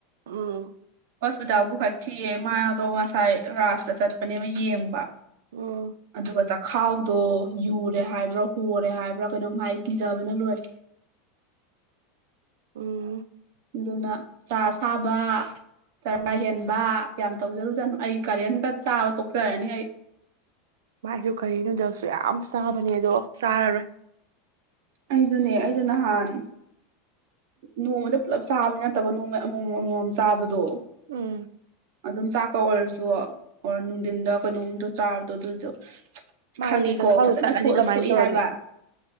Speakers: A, on the right; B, on the right.
A: ꯎꯝ
B: ꯍꯣꯁꯄꯤꯇꯥꯜ ꯄꯨꯈꯠꯈꯤꯑ ꯃꯥ ꯑꯗꯣ ꯉꯁꯥꯏ ꯔꯥꯥꯁꯇ ꯆꯠꯄꯅꯦꯕ ꯌꯦꯡꯕ
A: ꯎꯝ
B: ꯑꯗꯨꯒ ꯆꯥꯛ ꯈꯥꯎꯗꯣ ꯌꯨꯔꯦ ꯍꯥꯏꯕ꯭ꯔꯥ ꯍꯣꯔꯦ ꯍꯥꯏꯕ꯭ꯔꯥ ꯀꯩꯅꯣꯝ ꯍꯥꯏ ꯀꯤꯖꯕꯅ ꯂꯣꯏꯔꯦ
A: <unintelligible> ꯎꯝ
B: ꯑꯗꯨꯅ ꯆꯥ ꯁꯥꯕ ꯆꯔꯥ
A: ꯎꯝ
B: ꯍꯦꯟꯕ ꯌꯥꯝ ꯇꯧꯖꯔꯨꯖꯥꯠꯅꯨ ꯑꯩ ꯀꯔꯦꯟꯒ ꯆꯥꯕ ꯇꯣꯛꯆꯔꯅꯤ ꯑꯩ
A: ꯃꯥꯁꯨ ꯀꯔꯤ ꯅꯨꯗꯜꯁꯨ ꯌꯥꯝ ꯆꯥꯕꯅꯦ ꯑꯗꯣ ꯆꯥꯔꯔꯣꯏ
B: ꯑꯩꯁꯨꯅꯦ ꯑꯩꯁꯨ ꯅꯍꯥꯟ ꯅꯣꯡꯃꯗ ꯄꯨꯂꯞ ꯆꯥꯕ ꯅꯠꯇꯕ ꯅꯣꯡꯃꯩ ꯑꯃꯃꯝ ꯑꯃꯃꯝ ꯆꯥꯕꯗꯣ
A: ꯎꯝ
B: ꯑꯗꯨꯝ ꯆꯥꯛꯀ ꯑꯣꯏꯔꯁꯨ ꯑꯣꯔ ꯅꯨꯡꯊꯤꯟꯗ ꯀꯩꯅꯣꯝꯗꯣ ꯆꯥꯕꯗꯣ ꯑꯗꯨꯗꯣ
A: ꯃꯥꯗꯨꯗꯤ
B: ꯈꯪꯉꯤꯀꯣ
A: ꯆꯈꯥꯎꯗꯣ
B: ꯐꯖꯅ
A: ꯇꯠꯂꯗꯤ
B: ꯁꯣꯛꯏ
A: ꯀꯃꯥꯏꯅ ꯇꯧꯔꯅꯤ
B: ꯍꯥꯏꯕ